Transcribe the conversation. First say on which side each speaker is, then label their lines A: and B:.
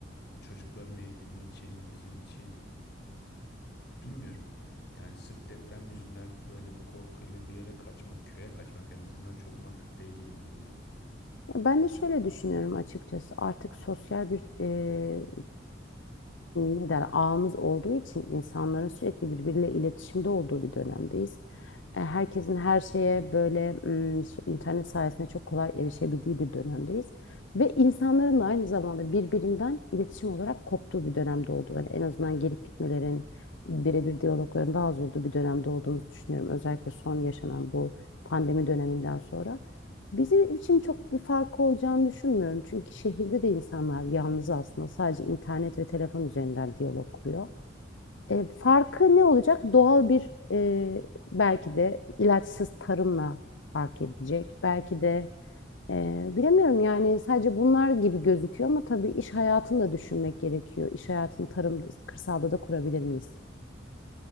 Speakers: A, on the left; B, on the left.
A: Hani çocukların eğitimi için, bizim için bilmiyorum. Yani sırf deprem yüzünden böyle bir korkuyla bir yere kaçmak, köye kaçmak en azından çok mantıklı değil gibime geliyor.
B: Ben de şöyle düşünüyorum açıkçası. Artık sosyal bir e, ne der ağımız olduğu için insanların sürekli birbiriyle iletişimde olduğu bir dönemdeyiz. E, herkesin
A: Hı hı.
B: her şeye böyle m, so- internet sayesinde çok kolay erişebildiği bir dönemdeyiz. Ve insanların da aynı zamanda birbirinden iletişim olarak koptuğu bir dönemde olduğu. Yani en azından gelip gitmelerin, birebir diyalogların daha az olduğu bir dönemde olduğumuzu düşünüyorum. Özellikle son yaşanan bu pandemi döneminden sonra. Bizim için çok bir farkı olacağını düşünmüyorum. Çünkü şehirde de insanlar yalnız aslında sadece internet ve telefon üzerinden diyalog kuruyor. E, farkı ne olacak? Doğal bir e, belki de ilaçsız tarımla fark edecek. Belki de e, bilemiyorum yani sadece bunlar gibi gözüküyor ama tabii iş hayatını da düşünmek gerekiyor. İş hayatını tarımda, kırsalda da kurabilir miyiz?